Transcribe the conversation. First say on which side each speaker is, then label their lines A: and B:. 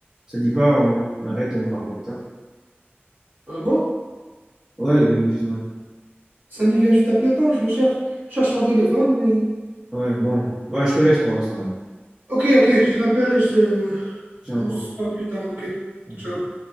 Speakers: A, on the right; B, on the right.
A: Ça te dit pas, on on arrête, on parle plus tard.
B: Euh, bon,
A: Ouais, il vient de juste m'appeler.
B: Samy vient juste d'appeler. Attends, je le cherche. Je cherche mon téléphone. mais-
A: Ouais, bon. Ouais, je te laisse pour l'instant. là.
B: Ok, ok, je l'appelle et je...
A: Tiens
B: on
A: encore.
B: se parle plus tard. Ok,
A: Ok.
B: ciao.